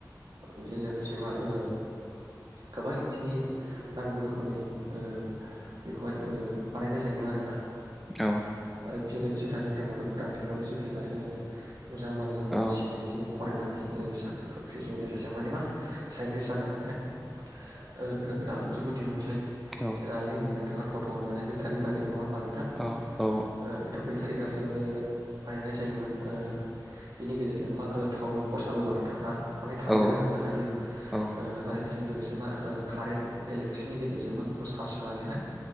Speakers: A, on the right (about 65°); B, in the centre.
A: बिदिनो लोगोसे मा ओ गोबां बिथिंनि नांगौ रोखोमनि ओ बेखौहाय ओ बानायनाय जायोमोन आरोना।
B: औ
A: आरो बेजों लोगोसे दानि टाइमावथ' गोदान टेक्न'लजि फैबाय ओ मोजां मोजां मानसि
B: औ
A: बिदिनो। फरायनानै ओ साख्रि बाख्रिजों गेजेरजों माने मा साइन्टिस् जानानैहाय ओ गोदान गोदान आगजुफोर दिहुनसै
B: औ
A: सोर हायो होनबा नोंथाङा। ट' ट' होन्नानै बेटारि गारि नङा होमबा नोंथां
B: औ औ
A: ओ बेथ' बेटारि गारि बिदिनो बानायनाय जायोमोन ओ बिनि गेजेरजों मा थावननि खरसाबो बारा थाङा। माने थाङायानो
B: औ
A: होनजाखायो
B: औ
A: आरो। बेजों लोगोसे मा ओ कारेन्ट इलेक्ट्रिकनि गेजेरजों मा बेखौ चार्ज होनानैहाय